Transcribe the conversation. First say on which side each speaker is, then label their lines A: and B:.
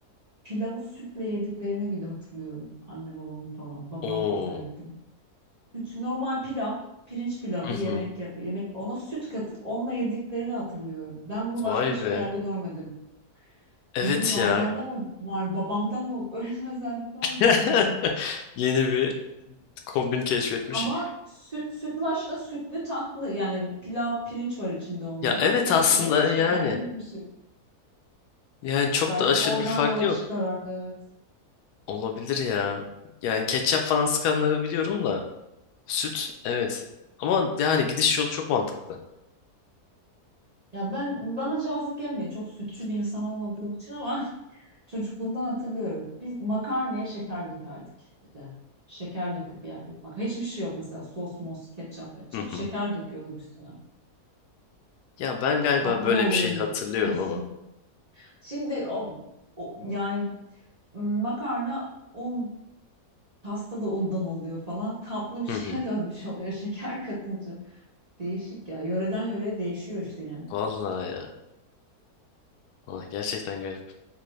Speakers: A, on the right; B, on the left.
A: Pilavı sütle yediklerini bile hatırlıyorum. Anne babamın falan. Babam
B: Oo.
A: özellikle. Süt, normal pilav, pirinç pilavı
B: Hı hı.
A: yemek yap, yemek ona süt katıp onunla yediklerini hatırlıyorum. Ben bunu başka
B: Vay
A: hiçbir
B: be.
A: yerde görmedim.
B: Evet
A: Bizim Lazlarda
B: ya.
A: mı var, babamda mı <laughs> öyle bir özellik var
B: <laughs>
A: bilmiyorum.
B: Yeni bir kombin keşfetmiş.
A: Ama süt, sütlaçla sütlü tatlı yani pilav pirinç var içinde onun
B: Ya
A: da
B: evet
A: sütle
B: aslında
A: şekerle
B: yani.
A: mümsü.
B: Yani çok
A: Belki
B: da aşırı
A: oradan
B: bir fark
A: yola
B: yok.
A: çıkarak evet.
B: Olabilir ya. Yani ketçap falan sıkanları biliyorum da. Süt evet. Ama yani gidiş yolu çok mantıklı.
A: Ya ben bana cazip gelmiyor. Çok sütçü bir insan olmadığım için ama <laughs> çocukluğumdan hatırlıyorum. Biz makarnaya şeker dökerdik bir de. Şeker döküp yerdik. Bak hiçbir şey yok mesela sos mos ketçap metçap
B: Hı
A: şeker
B: hı.
A: döküyorduk üstüne.
B: Ya ben galiba
A: Tatlı
B: böyle
A: oluyordu.
B: bir şey hatırlıyorum
A: <laughs>
B: ama.
A: Şimdi o, o- yani makarna un pasta da undan oluyor falan. <laughs> Tatlı bir şeye
B: Hı hı.
A: <laughs> dönmüş oluyor şeker katınca. Değişik ya. Yöreden yöreye değişiyor işte yani.
B: Vallahi ya. Vallahi gerçekten garip.